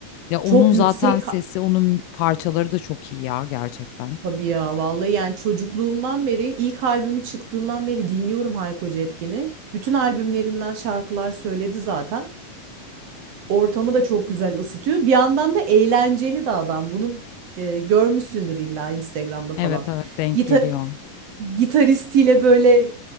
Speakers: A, on the left; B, on the right.
A: Ya onun
B: Çok
A: zaten
B: yüksek
A: sesi,
B: ha-
A: onun parçaları da çok iyi ya gerçekten.
B: tabii ya vallahi yani çocukluğumdan beri ilk albümü çıktığından beri dinliyorum Hayko Cepkin'i. Bütün albümlerinden şarkılar söyledi zaten. Ortamı da çok güzel ısıtıyor. Bir yandan da eğlenceli de adam. Bunu e, görmüşsündür illa Instagram'da falan.
A: Evet evet denk
B: Gita
A: geliyor.
B: gitaristiyle böyle